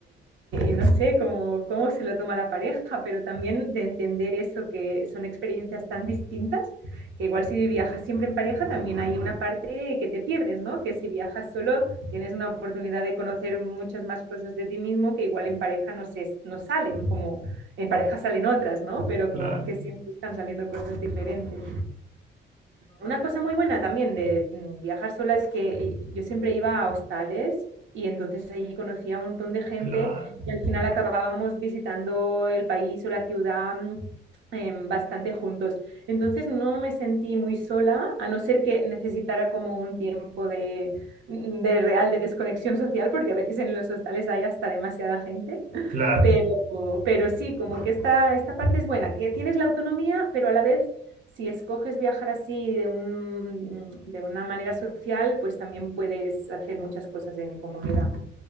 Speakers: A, on the right; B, on the right.
A: no sé cómo, cómo se lo toma la pareja, pero también de entender eso, que son experiencias tan distintas, que igual si viajas siempre en pareja, también hay una parte que te pierdes, ¿no? Que si viajas solo tienes una oportunidad de conocer muchas más cosas de ti mismo que igual en pareja no, se, no salen, como en pareja salen otras, ¿no? Pero
B: Claro,
A: que, siempre están saliendo cosas diferentes. Una cosa muy buena también de mm, viajar sola es que yo siempre iba a hostales y entonces ahí conocía a un montón de gente
B: claro,
A: y al final acabábamos visitando el país o la ciudad mm, em, bastante juntos. Entonces no me sentí muy sola, a no ser que necesitara como un tiempo de, mm, de real de desconexión social, porque a veces en los hostales hay hasta demasiada gente.
B: claro.
A: Pero, pero sí, como que esta, esta parte es buena, que tienes la autonomía, pero a la vez, si escoges viajar así de, un, de una manera social, pues también puedes hacer muchas cosas en comunidad.